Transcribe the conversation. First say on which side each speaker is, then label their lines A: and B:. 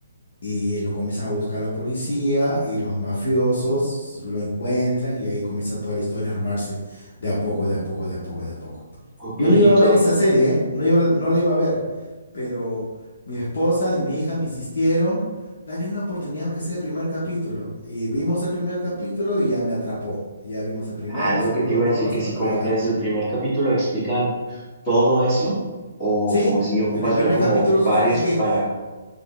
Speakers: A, on the left; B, on the left.
A: y lo comienzan a buscar la policía y los mafiosos lo encuentran y ahí comienza toda la historia a armarse de a poco, de a poco, de a poco, de a poco.
B: Ok,
A: Yo no iba
B: y
A: a
B: todo,
A: ver esa serie, ¿eh? No iba, no la iba a ver, pero mi esposa y mi hija me insistieron, dale una oportunidad aunque sea el primer capítulo. Y vimos el primer capítulo y ya me atrapó. Ya vimos el primero,
B: ah, es lo
A: segundo,
B: que te iba
A: todo
B: a decir,
A: hasta
B: que sí,
A: para
B: como
A: adelante.
B: que desde el primer capítulo explican todo eso, o,
A: Sí,
B: o si ocupas
A: en el primer
B: ver como
A: capítulo suce-
B: varios
A: es que
B: para,